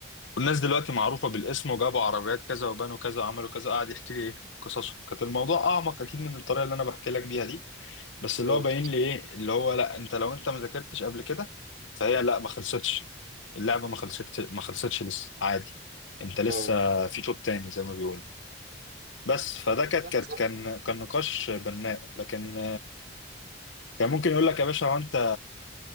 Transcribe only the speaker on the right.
اه
آه.
صح
صح